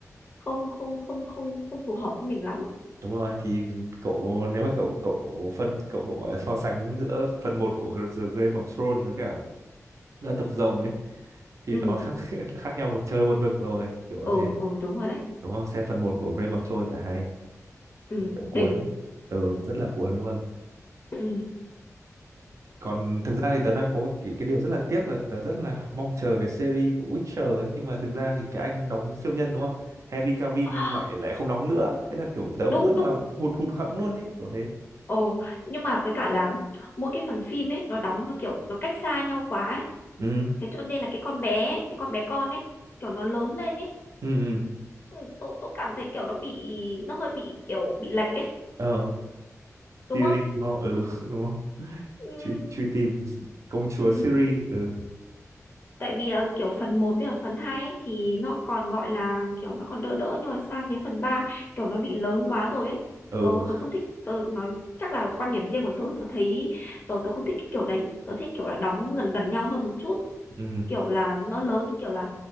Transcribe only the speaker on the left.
không, không, không, không, không phù hợp với mình lắm.
Ừ,
ồ,
ồ, đúng rồi đấy.
Ừ,
đỉnh.
Ừ. <gasps>
À,
đúng,
đúng.
Ồ, nhưng mà với cả là mỗi cái phần phim ấy nó đóng nó kiểu nó cách xa nhau quá ấy.
Thế cho nên là cái con bé ấy, cái con bé con ấy kiểu nó lớn lên ấy
ừ, tôi tôi cảm thấy kiểu nó bị nó hơi bị kiểu bị lệch ấy
đúng
không?
Ừ,
ừ,
tại vì là kiểu phần một với cả phần 2 ấy thì nó còn gọi là kiểu nó còn đỡ đỡ nhưng mà sang đến phần 3 kiểu nó bị lớn quá rồi ấy.
Tôi tôi không thích tôi nói chắc là quan điểm riêng của tôi tôi thấy tôi tôi không thích cái kiểu đấy. Tôi thích kiểu là đóng gần gần nhau hơn một chút.
kiểu là nó lớn kiểu là